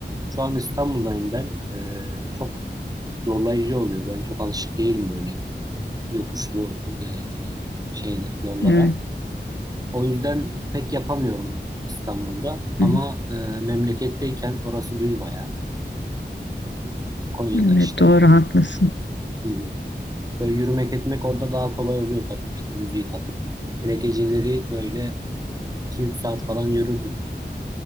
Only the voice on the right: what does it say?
şu an İstanbul'dayım ben. Ee, çok zorlayıcı oluyor. Ben çok alışık değilim böyle yokuşlu e, şey yollara.
O yüzden pek yapamıyorum İstanbul'da
ama
e, memleketteyken orası düz bayağı. Ee, Konya'da
işte.
Hı hı. Böyle yürümek etmek orada daha kolay oluyor tabii işte müziği takıp. Hele geceleri böyle iki üç saat falan yürürdüm.